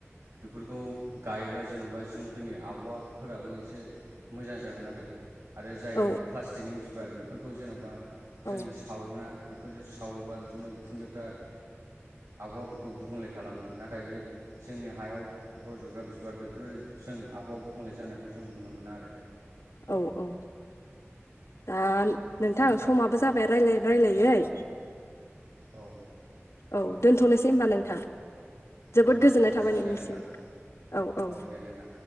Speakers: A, on the right; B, on the left.
A: बेफोरखौ गायोब्ला जेन'बा जोंफोरनि आबहावाफोराबो एसे मोजां जागोन आरो आरो जाय
B: औ
A: बे प्लास थिगनि बिबार बेफोरखौ जेन'बा
B: औ
A: जों सावोना बेफोरजों सावोबा बिदिनो खुन्दैफ्रा आबहावाफोरखौ गुबुंले खालामो नाथाय बे जोंनि हायाव रजग्रा बिबारनि ख्रुय जों आबहावा गुबुंले जानायखौ जों नुनो मोनो आरो
B: औ औ दा नोंथां समाबो जाबाय रायज्लायै रायजलायै
A: औ
B: औ दोनथ'नोसै होनोमबा नोंथां जोबोद
A: औ दोनथ'
B: गोजोननाय
A: जासिगोन
B: थाबाय नोंनिसिम
A: दे नोंथां
B: औ औ
A: दे नोंथां